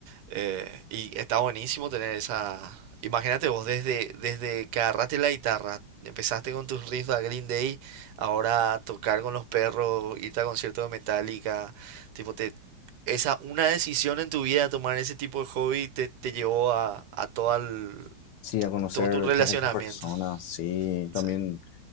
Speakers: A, on the right; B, on the left.
A: Eh, y está buenísimo tener esa. Imagínate vos, desde, desde que agarraste la guitarra, empezaste con tus riffs a Green Day, ahora tocar con los perros, irte a conciertos de Metallica, tipo, te, esa, una decisión en tu vida, tomar ese tipo de hobby, te, te llevó a, a todo, el,
B: Sí, a conocer
A: todo tu
B: estas
A: relacionamiento.
B: esas personas, sí, también
A: Sí.